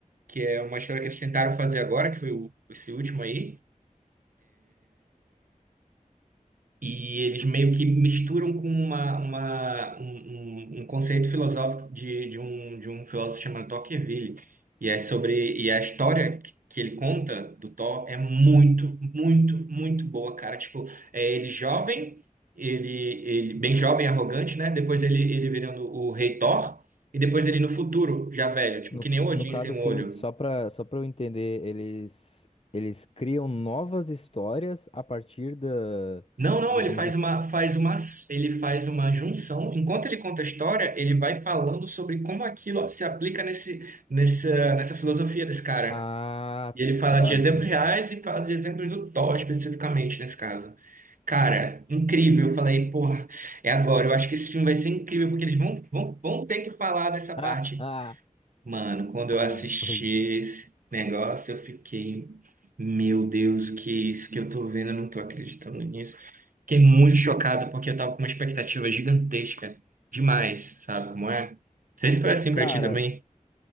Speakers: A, on the right; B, on the left.
A: que é uma história que eles tentaram fazer agora, que foi o- esse último aí, E eles meio que misturam com uma, uma, um, um um conceito filosófico de, de, um, de um filósofo chamado Tocqueville. E é sobre, e a história que que ele conta do Thor é muito, muito, muito boa, cara. Tipo, é ele jovem, ele, ele bem jovem, arrogante, né? Depois ele, ele virando o rei Thor, e depois ele no futuro, já velho, tipo,
B: no,
A: que nem o Odin
B: no caso
A: sem um
B: assim,
A: olho.
B: só pra, só pra eu entender, eles, eles criam novas histórias a partir da,
A: Não, não,
B: digamos,
A: ele faz uma, faz uma, ele faz uma junção. Enquanto ele conta a história, ele vai falando sobre como aquilo se aplica nesse, nessa, nessa filosofia desse cara.
B: Ah,
A: E ele fala
B: tá,
A: de exemplos
B: entendi.
A: reais e fala de exemplos do Thor especificamente nesse caso. Cara, incrível. Eu falei, porra, é agora. Eu acho que esse filme vai ser incrível porque eles vão, vão, vão ter que falar dessa parte.
B: <laughs>
A: Mano, quando eu assisti
B: Ah, Pois-
A: esse negócio, eu fiquei, meu Deus, o que é isso que eu tô vendo? Eu não tô acreditando nisso. Fiquei muito chocado porque eu tava com uma expectativa gigantesca. Demais, sabe como é? Não sei se foi assim
B: Cara,
A: pra ti também.